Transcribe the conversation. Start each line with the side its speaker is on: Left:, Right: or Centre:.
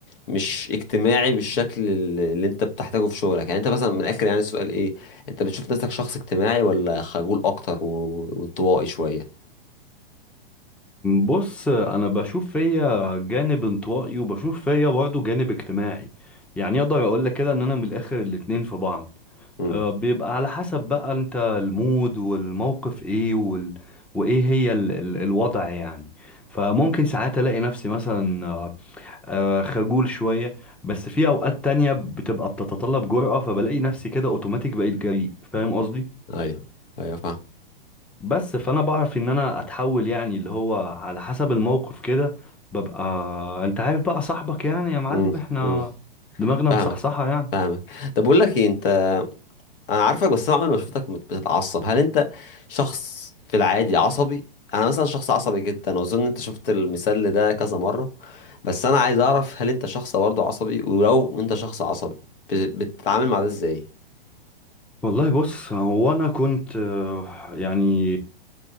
Left: مش اجتماعي بالشكل اللي اللي انت بتحتاجه في شغلك يعني انت مثلا من الاخر يعني السؤال ايه انت بتشوف نفسك شخص اجتماعي ولا خجول اكتر و- وانطوائي شويه
Centre: بص انا بشوف فيا جانب انطوائي وبشوف فيا برضه جانب اجتماعي يعني اقدر اقول لك كده ان انا من الاخر الاتنين في بعض
Left: امم
Centre: آه، بيبقى على حسب بقى انت المود والموقف ايه وال... وايه هي ال... ال... الوضع يعني فممكن ساعات الاقي نفسي مثلا آه، آه، خجول شوية بس في اوقات تانية بتبقى بتتطلب جرأة فبلاقي نفسي كده اوتوماتيك بقيت جريء فاهم قصدي
Left: ايوه ايوه فاهم
Centre: بس فانا بعرف ان انا اتحول يعني اللي هو على حسب الموقف كده ببقى انت عارف بقى صاحبك يعني يا معلم
Left: مم.
Centre: احنا
Left: مم.
Centre: دماغنا
Left: فاهمك
Centre: مصحصحة يعني
Left: فاهمك طب بقول لك ايه انت انا عارفك بس انا عمري ما شفتك مت- بتتعصب هل انت شخص في العادي عصبي انا مثلا شخص عصبي جدا واظن انت شفت المثال ده كذا مره بس انا عايز اعرف هل انت شخص برضه عصبي ولو انت شخص عصبي بت- بتتعامل مع ده ازاي
Centre: والله بص هو انا كنت آه، يعني